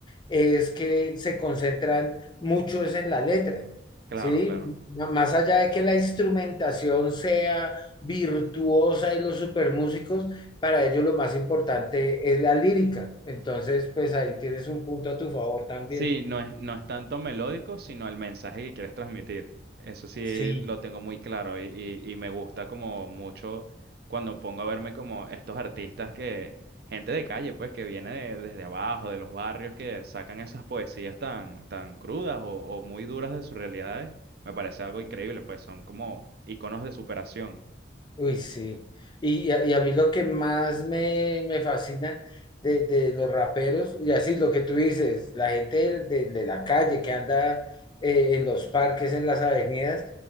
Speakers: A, on the left; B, on the right.
A: es que se concentran mucho es en la letra.
B: claro,
A: Sí,
B: claro.
A: no, Más allá de que la instrumentación sea virtuosa y los supermúsicos, para ellos lo más importante es la lírica. Entonces, pues ahí tienes un punto a tu favor también.
B: Sí, no es, no es tanto melódico, sino el mensaje que quieres transmitir. Eso sí
A: Sí.
B: lo tengo muy claro y, y- y me gusta como mucho cuando pongo a verme como estos artistas que, gente de calle, pues, que viene de- desde abajo, de los barrios, que sacan esas poesías tan, tan crudas o, o muy duras de sus realidades. Me parece algo increíble, pues son como iconos de superación.
A: Uy, sí. Y, a y a mí lo que más me, me fascina de, de los raperos, y así lo que tú dices, la gente del- de, de la calle que anda eh, en los parques, en las avenidas,